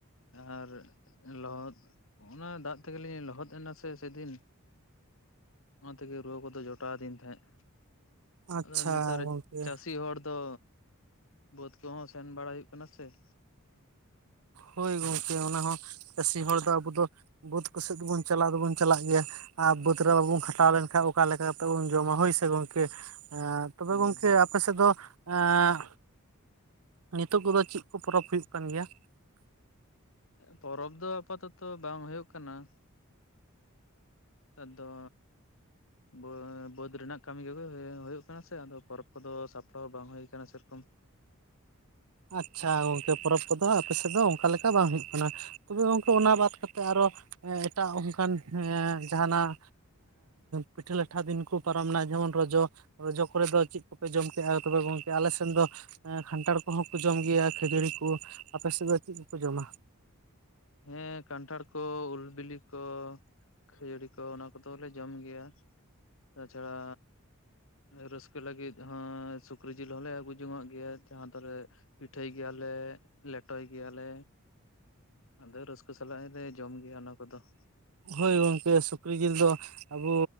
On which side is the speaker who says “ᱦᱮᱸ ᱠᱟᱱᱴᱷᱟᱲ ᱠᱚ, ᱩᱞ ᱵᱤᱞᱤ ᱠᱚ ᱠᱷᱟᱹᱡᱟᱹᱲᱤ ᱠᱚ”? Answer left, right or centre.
Left